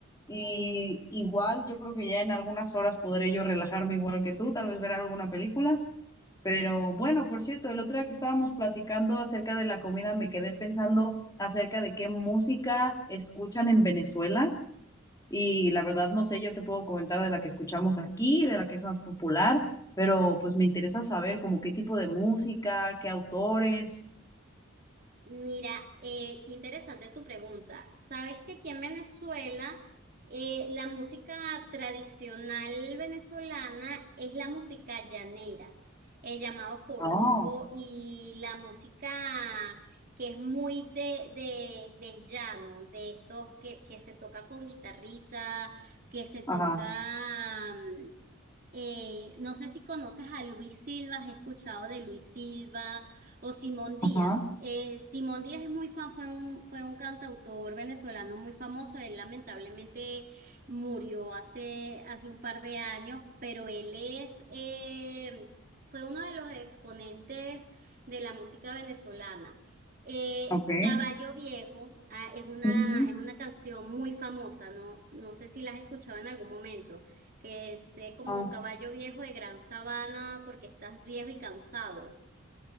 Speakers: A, on the left; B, on the right.
A: y igual yo creo que ya en algunas horas podré yo relajarme igual que tú, tal vez ver alguna película. Pero bueno, por cierto, el otro día que estábamos platicando acerca de la comida me quedé pensando acerca de qué música escuchan en Venezuela y la verdad no sé, yo te puedo comentar de la que escuchamos aquí, de la que es más popular, pero pues me interesa saber como qué tipo de música, qué autores.
B: Mira, eh, qué interesante tu pregunta. Sabes que aquí en Venezuela eh, la música tradicional venezolana es la música llanera, el llamado joropo
A: No,
B: y la música que es muy de, de, del llano, de estos que, que se toca con guitarrita, que se toca
A: ajá.
B: eh, no sé si conoces a Luis Silva, has escuchado de Luis Silva o Simón Díaz.
A: Ajá,
B: Eh, Simón Díaz es muy fan, fue un, fue un cantautor venezolano muy famoso. Él lamentablemente murió hace, hace un par de años, pero él es, eh, fue uno de los exponentes de la música venezolana. Eh,
A: ok.
B: Caballo Viejo, ah, es una,
A: Ujú.
B: es una canción muy famosa, no, no sé si la has escuchado en algún momento que sé como
A: Ah,
B: caballo viejo de gran sabana porque estás viejo y cansado.